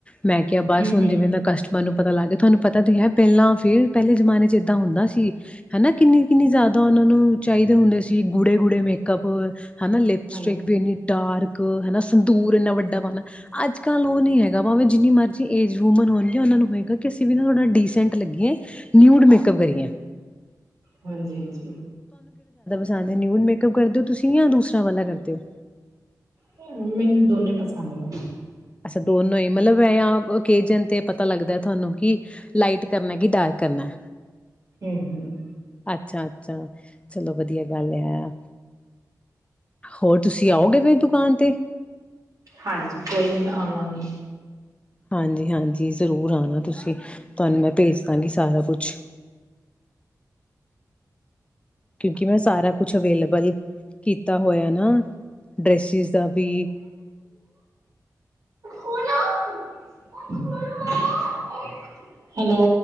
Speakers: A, on the left (about 15°); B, on the right (about 60°).
A: ਮੈਂ ਕਿਆ ਬਸ
B: ਹਮ
A: ਹੁਣ
B: ਹਮ
A: ਜਿਵੇਂ ਦਾ ਕਸਟ ਮਰ ਨੂੰ ਪਤਾ ਲੱਗ ਗਿਆ, ਤੁਹਾਨੂੰ ਪਤਾ ਤੇ ਹੈ ਪਹਿਲਾਂ ਫੇਰ ਪਹਿਲੇ ਜਮਾਨੇ ਚ ਏਦਾਂ ਹੁੰਦਾ ਸੀ ਹਨਾ ਕਿੰਨੀ ਕਿੰਨੀ ਜ਼ਿਆਦਾ ਉਹਨਾ ਨੂੰ ਚਾਹੀਦੇ ਹੁੰਦੇ ਸੀ, ਗੂੜੇ ਗੂੜੇ ਮੇਕਅੱਪ। ਹਨਾ ਲਿਪਸਟ੍ਰਿਕ
B: ਹਾਂਜੀ
A: ਵੀ ਇੰਨੀ ਡਾਰਕ ਹਨਾ, ਸੰਦੂਰ ਇੰਨਾ ਵੱਡਾ ਪਾਣਾ। ਅੱਜ ਕੱਲ੍ਹ ਉਹ ਨੀ ਹੈਗਾ ਭਾਵੇਂ ਜਿੰਨੀ ਮਰਜ਼ੀ ਏਜ ਵੂਮਨ ਹੁੰਦੀ ਐ, ਉਹਨਾਂ ਨੂੰ ਹੈਗਾ ਕਿ ਅਸੀਂ ਵੀ ਨਾ ਥੋੜਾ ਡੀਸੈਂਟ ਲੱਗੀਏ, ਨਿਊਡ ਮੇਕਅਪ ਕਰੀਏ।
B: ਹਾਂਜੀ ਹਾਂਜੀ।
A: ਸਦ ਆ, ਨਿਊਡ ਮੇਕਅਪ ਕਰਦੇ ਹੋ ਤੁਸੀਂ ਜਾਂ ਦੂਸਰਾਾਂ ਵਾਲਾ ਕਰਦੇ ਹੋ?
B: ਤੇ ਮੈਨੂੰ ਦੋਨੇ ਪਸੰਦ ਨੇ।
A: ਅਸਾ ਦੋਨੋ ਈ ਮਤਲਬ ਐ ਆ ਓਕੇਜਨ ਤੇ ਪਤਾ ਲੱਗਦਾ ਤੁਹਾਨੂੰ ਕਿ ਲਾਈਟ ਕਰਨਾ ਕਿ ਡਾਰਕ ਕਰਨਾ।
B: ਹੂੰ ਹੂੰ।
A: ਅੱਛਾ ਅੱਛਾ, ਚਲੋ ਵਧੀਆ ਗੱਲ ਆ। ਹੋਰ ਤੁਸੀਂ ਆਓਗੇ ਫੇਰ ਦੁਕਾਨ ਤੇ?
B: ਹਾਂਜੀ, ਕੋਈ ਨੀ ਮੈਂ ਆਵਾਂਗੀ।
A: ਹਾਂਜੀ ਹਾਂਜੀ, ਜ਼ਰੂਰ ਆਣਾ ਤੁਸੀਂ, ਤੁਹਾਨੂੰ ਮੈਂ ਭੇਜ ਦਾਂਗੀ ਸਾਰਾ ਕੁਛ। ਕਿਉਂਕਿ ਮੈਂ ਸਾਰਾ ਕੁਛ ਅਵੇਲੇਬਲ ਕੀਤਾ ਹੋਇਆ ਨਾ, ਡਰੈਸਿਸ ਦਾ ਵੀ।
B: <unintelligible> ਹੈਲੋ।